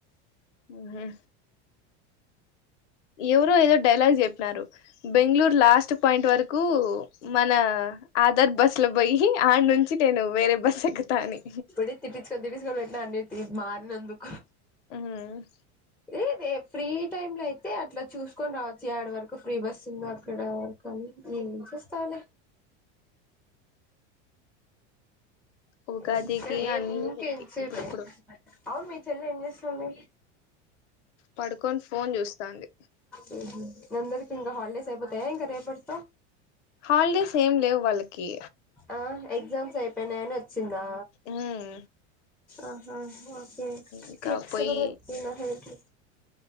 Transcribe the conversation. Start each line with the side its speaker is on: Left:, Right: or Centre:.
Left: మ్ హు ఎవరో ఏదో డైలాగ్ చెప్పినారు బెంగళూరు లాస్ట్ పాయింట్ వరకు మన ఆధార్ బస్సు లో బోయి ఆనుంచి నేను వేరే బస్ ఎక్కుత అని
Centre: తిట్టిచ్చుకని తిటిచ్చుకొని పెట్టిన అండి మారినందుకు
Left: ఉమ్
Centre: ఏదే ఫ్రీ టైమ్ లో అయితే అట్లా చూసుకొని రావచ్చుగ అడ వరకు ఫ్రీ బస్ ఉంద అక్కడ కనీ ఏం చేస్తావ్ లే <unintelligible>
Left: ఉగాదికి
Centre: ఏవ్
Left: అన్ని
Centre: ఇంక ఎంత సేపె
Left: ఇప్పుడిప్పుడు
Centre: అవును మీ చెల్ల ఏం చేస్తుంది
Left: పడుకొని ఫోన్ చూస్తాంది
Centre: మ్ హు మందరికి ఇంకా హాలిడేస్ అయిపోతయ ఇంకా రేప్ పటత
Left: హాలిడేస్ ఏం లేవు వాళ్ళకి
Centre: ఆ ఎగ్జామ్స్ అయిపోయినాయని వచ్చిందా
Left: ఉమ్
Centre: ఆహా ఓకే
Left: ఇంకా
Centre: క్లిప్స్
Left: పోయి
Centre: కూడ పెట్టినా హెయిర్ కి